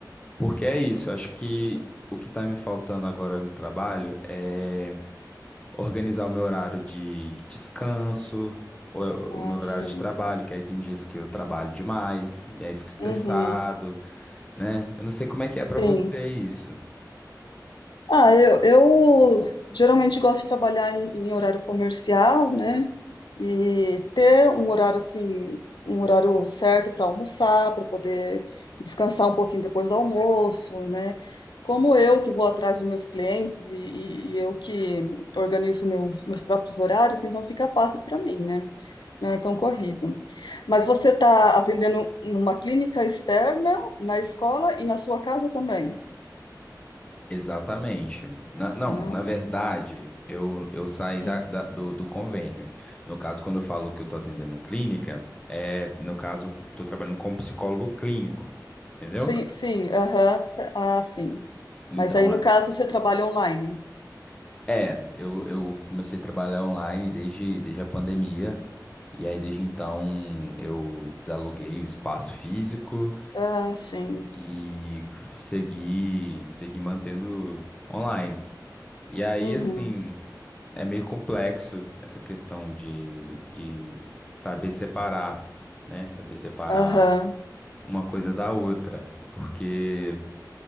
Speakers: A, on the left (about 15°); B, on the left (about 85°).
A: porque é isso. Eu acho que o que está me faltando agora no trabalho é. organizar o meu horário de descanso, ou o
B: Ah,
A: meu horário
B: sim.
A: de trabalho, que aí tem dias que eu trabalho demais, e aí fico estressado,
B: Uhum.
A: né? Eu não sei como é que é
B: Sim.
A: pra você isso.
B: Ah, eu, eu geralmente gosto de trabalhar em, em horário comercial, né? E ter um horário assim, um horário certo para almoçar, para poder descansar um pouquinho depois do almoço, né? Como eu que vou atrás dos meus clientes e, e- e eu que organizo meus, meus próprios horários, então fica fácil para mim, né? Não é tão corrido. Mas você está atendendo numa clínica externa, na escola e na sua casa também?
A: Exatamente. Na- não,
B: Ah,
A: na verdade, eu, eu saí
B: hum.
A: da, da- do, do convênio. No caso, quando eu falo que eu tô atendendo clínica, é, no caso, eu tô trabalhando como psicólogo clínico, entendeu?
B: Sim, sim, aham, se- ah, sim.
A: Então,
B: Mas aí no caso você trabalha online.
A: É, eu, eu comecei a trabalhar online desde, desde a pandemia. E aí, desde então, eu desaluguei o espaço físico
B: Ah, sim.
A: e segui, segui mantendo online. E aí,
B: Uhum,
A: assim, é meio complexo essa questão de, de saber separar, né? Saber separar
B: aham,
A: uma coisa da outra. Porque.